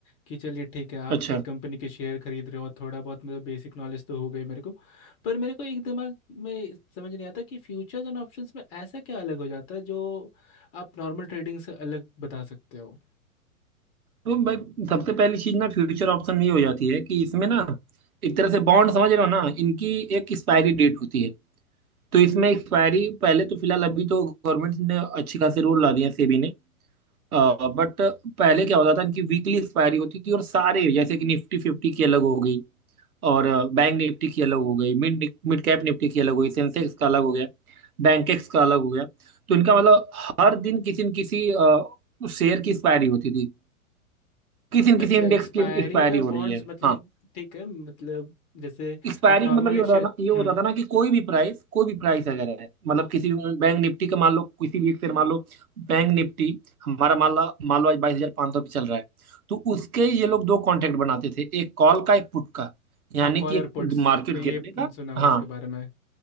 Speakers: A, on the left; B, on the right.
A: कि चलिए ठीक है आप
B: अच्छा
A: एक कंपनी के शेयर खरीद रहे हो थोड़ा बहुत मतलब बेसिक नॉलेज तो हो गई मेरे को पर मेरे को एक दिमाग में समझ नहीं आता कि फ्यूचर्स एंड ऑप्शंस में ऐसा क्या अलग हो जाता है जो आप नॉर्मल ट्रेडिंग से अलग बता सकते हो
B: तो भाई सबसे पहली चीज ना फ्यूचर ऑप्शन ये हो जाती है कि इसमें ना एक तरह से बॉन्ड समझ रहे हो ना इनकी एक एक्सपायरी डेट होती है तो इसमें एक्सपायरी पहले तो फिलहाल अभी तो गवर्नमेंट ने अच्छी खासी रूल ला दिए सेबी ने बट पहले क्या होता था इनकी वीकली एक्सपायरी होती थी और सारे जैसे कि निफ्टी फिफ्टी की अलग हो गई और बैंक निफ्टी की अलग हो गई मिड मिड कैप निफ्टी की अलग हो गई सेंसेक्स का अलग हो गया बैंकेक्स का अलग हो गया तो इनका मतलब हर दिन किसी न किसी शेयर की एक्सपायरी होती थी किसी न
A: अच्छा
B: किसी इंडेक्स
A: एक्सपायरी
B: की एक्सपायरी
A: और
B: हो रही
A: बॉन्ड्स
B: है
A: मतलब
B: हाँ
A: ठीक है मतलब जैसे
B: एक्सपायरी
A: आप नॉर्मल
B: का मतलब ये
A: एक
B: होता
A: शेयर
B: ना ये होता
A: हम्म
B: था ना कि कोई भी प्राइस कोई भी प्राइस अगर है मतलब किसी भी बैंक निफ्टी का मान लो किसी भी एक शेयर मान लो बैंक निफ्टी हमारा मान लो मान लो आज बाईस हजार पाँच सौ पे चल रहा है तो उसके ये लोग दो कॉन्ट्रैक्ट बनाते थे एक कॉल का एक पुट का यानी
A: हाँ कॉलर
B: कि एक
A: पुट्स
B: मार्केट
A: ये
B: हाँ गिरने का
A: सुना हुआ है
B: हाँ
A: इसके बारे में